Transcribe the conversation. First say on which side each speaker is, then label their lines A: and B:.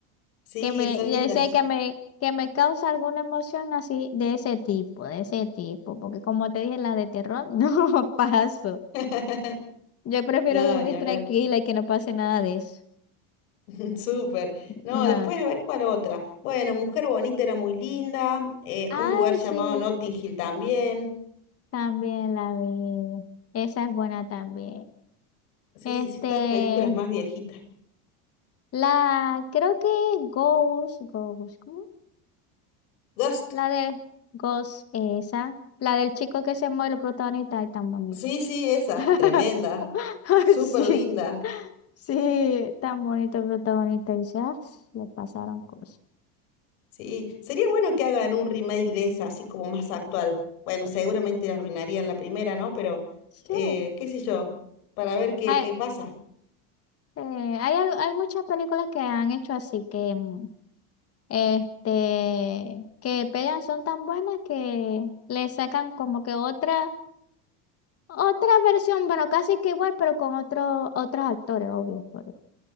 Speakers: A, on the left (about 85°); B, on the left (about 35°).
A: Sí,
B: Que me,
A: son
B: ya
A: lindas.
B: sé que me, que me causa alguna emoción así de ese tipo, de ese tipo. Porque como te dije, las de terror <laughs> no paso.
A: <laughs>
B: Yo prefiero
A: No,
B: dormir
A: ni hablar.
B: tranquila y que no pase nada de eso.
A: <laughs> Súper. No,
B: No.
A: después a ver cuál otra. Bueno, Mujer Bonita era muy linda. eh, un
B: Ay,
A: lugar llamado
B: sí.
A: Notting Hill también.
B: También la vi. Esa es buena también.
A: Sí,
B: Este,
A: sí, todas películas más viejitas.
B: la, creo que Ghost, Ghost, ¿cómo?
A: Ghost.
B: La de Ghost, esa. La del chico que se muere, el protagonista, es tan bonito.
A: Sí, sí, esa,
B: <laughs>
A: tremenda, súper
B: Sí,
A: linda.
B: sí, tan bonito el protagonista. Y dice, "Ah, le pasaron cosas.
A: Sí, sería bueno que hagan un remake de esa, así como más actual. Bueno, seguramente la arruinarían la primera, ¿no? Pero,
B: Sí.
A: eh, qué sé yo, para ver qué,
B: Hay,
A: qué pasa.
B: eh, hay, al- hay muchas películas que han hecho así que mm, Este, que pegan son tan buenas que le sacan como que otra, otra versión, bueno, casi que igual, pero con otro, otros actores, obvio. por-